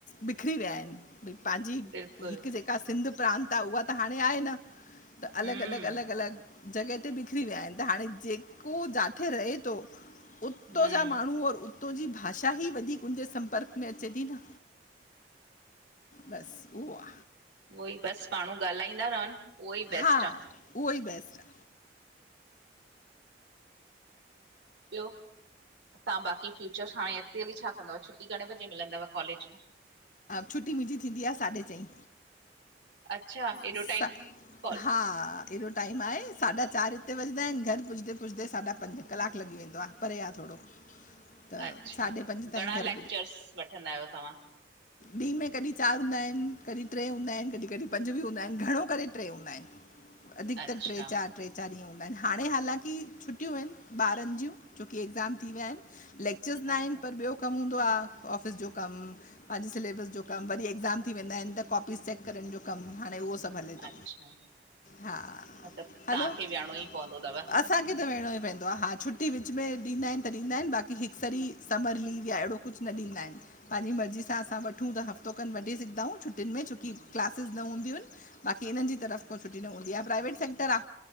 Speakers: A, on the left (about 45°); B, on the right (about 80°).
A: बिखरी विया आहिन। पंहिंजी,
B: बिल्कुलु
A: हिकु जेका सिंध प्रांत आ त उहा त हाणे आहे न। त अलॻ,
B: हम्म
A: अलॻ, अलॻ, अलॻ जॻह ते बिखरी विया आहिन त हाणे जेको जात। किथे रहे थो, उतां
B: हम्म
A: जा माण्हू और उ। तुंहिंजी भाषा ई वधीक उजे संपर्क में अचे थी न। बस, उहो आ।
B: उहो ई बस। पाण्हू ॻाल्हाईंदा रहन, उहो ई बैस्ट
A: हा
B: आ।
A: उहो ई बैस्ट आ।
B: ब्यो। तां बाक़ी फ्यूचर्स हाणे अॻते हली छा कंदव, छुटी घणे बजे मिलंदव कॉलेज मां।
A: छुटी मुंहिंजी थींदी आ साढे चईं।
B: अच्छा हेॾो
A: सा
B: टाइम कॉल
A: हा। एॾो टाइम आहे, साढा चार हिते वजंदा आहिन, घर पुज़दे, पुज़दे साढा पंज कलाक लॻी वेंदो आ परे आ थोरो। <inaudible>
B: अच्छा,
A: साढे पंज ताईं
B: घणा लेक्चर्स
A: घर
B: वठंदा आहियो तव्हां?
A: ॾीं में कॾहिं चार हूंदा आहिन, कॾहिं ट्रे हूंदा आहिन, कॾहिं कॾहिं पंज बि हूंदा आहिन घणो करे ट्रे हूंदा आहिन। अधिकतर
B: अच्छा
A: ट्रे चार। ट्रे चार ॾींहं हूंदा आहिन, हाणे हालांकी छुटियूंन ॿारन जूं छोकी एक्ज़ाम थी वया आहिन। लेक्चर्स न आहिन
B: अच्छा
A: पर ॿियो कम हूंदो आ ऑफ़िस जो कम। अज् सिलेबस जो कम, वरी एक्ज़ाम थी वेंदा आहिन त कॉपीस चैक करण जो कम हाणे उहो। हले, थो
B: अच्छा
A: हा,
B: मतिलबु
A: हलो
B: तव्हांखे
A: अ।
B: वियणो ई पवंदो अथव
A: असांखे त वेणो ई पवंदो आ हा छुट्टी विच में ॾींदा आहिन त ॾींदा आहिन बाक़ी हिक सॾी समर लीव या अहिड़ो। कुछ न ॾींदा आहिन, पंहिंजी मर्ज़ी सां। असां सां वठूं त हफ़्तो खनि वठी सघदाऊं छटियुनि में छोकी
B: हम्म,
A: क्लासिस न हूंदियूं आहिनि। बाक़ी हिननि जी तरफ़ खों छुटी न हूंदी आहे, प्राइवेट सेक्टर आ,